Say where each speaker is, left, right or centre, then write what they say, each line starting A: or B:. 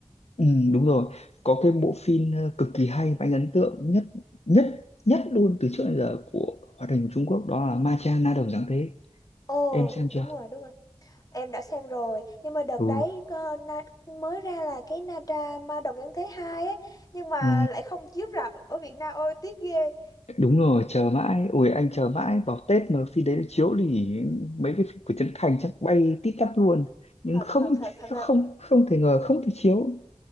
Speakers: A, on the left; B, on the left.
A: Ừ, đúng rồi có cái bộ phim ờ, cực kỳ hay và anh ấn tượng nhất nhất nhất luôn từ trước đến giờ của hoạt hình Trung Quốc đó là Ma Cha Na Đồng Giáng Thế
B: Ồ,
A: em xem chưa
B: đúng rồi, đúng rồi. Em đã xem rồi, nhưng mà đợt
A: ừ.
B: đấy ờ, Na, mới ra là cái Na Tra Ma Đồng Nhân Thế Hai ấy, nhưng mà
A: Ừ,
B: lại không chiếu rạp ở Việt Nam, ôi tiếc ghê.
A: đúng rồi chờ mãi ui anh chờ mãi vào Tết mà phim đấy nó chiếu thì mấy cái phim của Trấn Thành chắc bay tít tắp luôn nhưng
B: Thật
A: không
B: thật thật thật là
A: không không thể ngờ không thể chiếu